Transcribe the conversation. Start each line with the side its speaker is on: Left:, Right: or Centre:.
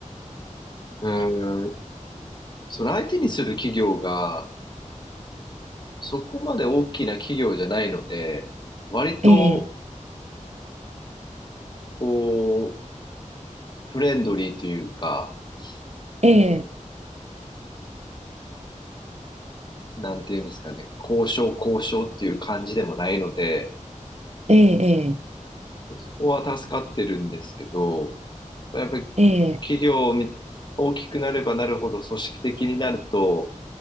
Left: うん。その相手にする企業が、そこまで大きな企業じゃないので、割と、
Right: ええ、
Left: こう、フレンドリーというか、
Right: ええ、
Left: うん、なんていうんですかね、交渉交渉っていう感じでもないので、
Right: ええ、
Left: そこは助かってるんですけど、やっぱり
Right: ええ、
Left: 企業に大きくなればなるほど組織的になると、